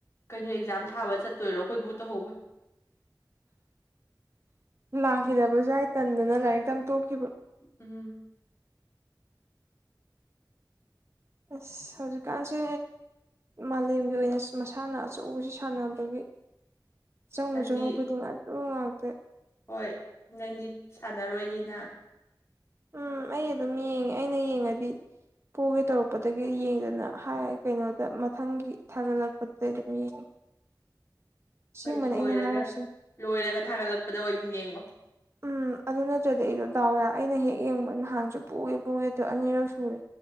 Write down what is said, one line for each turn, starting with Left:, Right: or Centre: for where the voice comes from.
Left: ꯀꯩꯅꯣ ꯑꯦꯛꯖꯥꯝ ꯊꯥꯕ ꯆꯠꯇꯣꯏꯔꯣ ꯑꯩꯈꯣꯏꯕꯨ ꯇꯧꯍꯧꯕꯅꯦ
Right: ꯂꯥꯛꯈꯤꯗꯕꯁꯨ ꯌꯥꯏ ꯇꯟꯗꯅ ꯂꯥꯏꯔꯤꯛ ꯇꯝꯕ ꯇꯣꯛꯈꯤꯕ
Left: ꯎꯝ
Right: ꯑꯁ ꯍꯧꯖꯤꯛꯀꯥꯟꯁꯦ ꯃꯥꯂꯦꯝꯒꯤ ꯑꯣꯏꯅ ꯃꯁꯥꯟꯅ ꯑꯆꯧꯕꯁꯤ ꯁꯥꯟꯅꯕꯒꯤ ꯆꯪꯉꯨ
Left: ꯅꯪꯗꯤ
Right: ꯆꯪꯉꯨ ꯈꯨꯗꯤꯡꯃꯛ ꯑꯗꯨ ꯉꯛꯇꯥ
Left: ꯍꯣꯏ ꯅꯪꯗꯤ ꯁꯥꯟꯅꯔꯣꯏꯅꯤꯅ
Right: ꯎꯝ ꯑꯩ ꯑꯗꯨꯝ ꯌꯦꯡꯉꯦ ꯑꯩꯅ ꯌꯦꯡꯉꯗꯤ ꯄꯨꯒꯦ ꯇꯧꯔꯛꯄꯗꯒꯤ ꯌꯦꯡꯗꯅ ꯍꯥꯏ ꯀꯩꯅꯣꯗ ꯃꯊꯪꯒꯤ ꯊꯥꯒꯠꯂꯛꯄꯗ ꯑꯗꯨꯝ ꯌꯦꯡꯉ ꯁꯤꯒꯨꯝꯕꯅꯦ
Left: ꯍꯣꯏ ꯂꯣꯏꯔꯒ
Right: ꯑꯩꯅ ꯍꯥꯏꯔꯤꯁꯦ
Left: ꯂꯣꯏꯔꯒ ꯊꯥꯒꯠꯂꯛꯄꯗ ꯑꯣꯏꯅ ꯌꯦꯡꯉꯣ
Right: ꯎꯝ ꯑꯗꯨ ꯅꯠꯇ꯭ꯔꯗꯤ ꯑꯩꯗꯣꯗꯥꯎꯋꯦ ꯑꯩꯅ ꯍꯦꯛ ꯌꯦꯡꯕ ꯅꯍꯥꯟꯁꯨ ꯄꯨꯒꯦ ꯄꯨꯒꯦ ꯑꯅꯤꯔꯛ ꯁꯨꯔꯦ